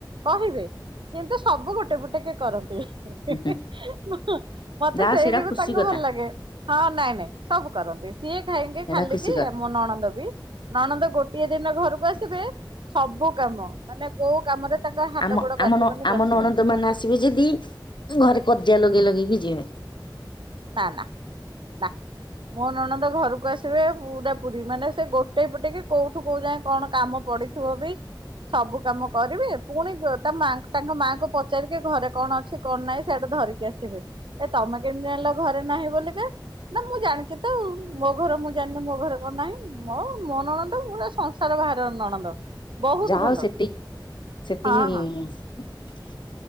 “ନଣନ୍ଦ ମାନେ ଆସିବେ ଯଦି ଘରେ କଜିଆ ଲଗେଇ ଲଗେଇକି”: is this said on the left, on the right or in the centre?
Left